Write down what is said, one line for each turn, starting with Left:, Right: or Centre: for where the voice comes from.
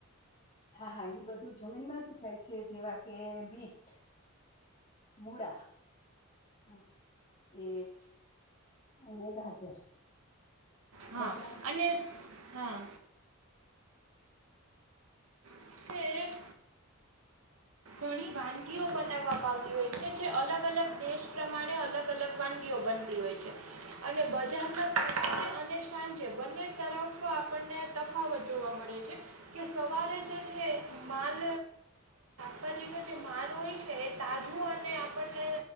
Left: હા હા ઈ બધું જમીનમાં જ થાય છે જેવા કે બીટ મૂળા હા એ અને ગાજર
Right: હા
Left: બધા
Right: અને હા. <inaudible> ઘણી વાનગી બનાવવામાં આવતી હોય છે જે અલગ અલગ દેશ પ્રમાણે અલગ અલગ વાનગીઓ બનતી હોય છે અને બજારમાં સવા અને સાંજે બંને તરફ આપણને તફાવત જોવા મળે છે કે સવારે જે છે માલ જે અપાજીનો જે માલ હોય છે એ તાજો અને આપણને